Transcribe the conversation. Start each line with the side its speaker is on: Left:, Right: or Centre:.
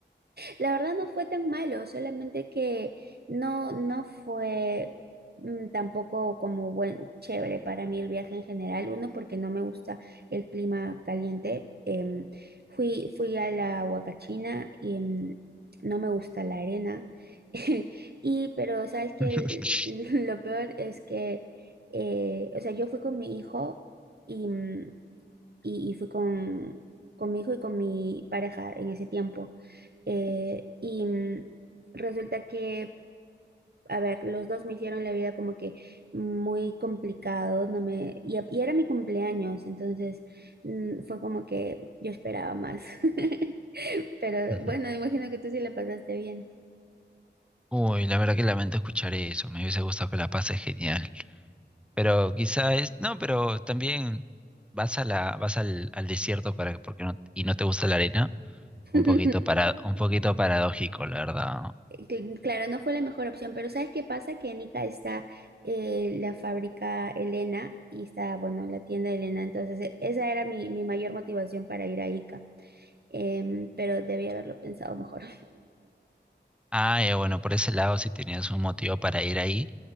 Right: La verdad no fue tan malo, solamente que no, no fue mm, tampoco como buen chévere para mí el viaje en general. Uno, porque no me gusta el clima caliente. Em, fui, fui a la Huacachina y em, no me gusta la arena. <laughs> Y, pero, ¿sabes que
Centre: <laughs>
Right: <laughs> Lo peor es que, eh, o sea, yo fui con mi hijo y, mm, y, y fui con, con mi hijo y con mi pareja en ese tiempo. Eh, y mm, resulta que, a ver, los dos me hicieron la vida como que muy complicado, no me, y, a- y era mi cumpleaños, entonces mm, fue como que yo esperaba más. <laughs> Pero
Centre: Ujú.
Right: bueno, me imagino que tú sí la pasaste bien.
Centre: Uy, la verdad que lamento escuchar eso. Me hubiese gustado que la pases genial. Pero quizá es, no, pero también vas a la, vas al, al desierto para, porque no, y no te gusta la arena. Un
Right: <laughs>
Centre: poquito para, un poquito paradójico, la verdad.
Right: Cl- Claro, no fue la mejor opción, pero ¿sabes qué pasa? Que en Ica está eh, la fábrica Elena y está, bueno, la tienda de Elena, entonces e- esa era mi, mi mayor motivación para ir a Ica. Em, pero debía haberlo pensado mejor.
Centre: Ah, ya, bueno, por ese lado, si tenías un motivo para ir ahí,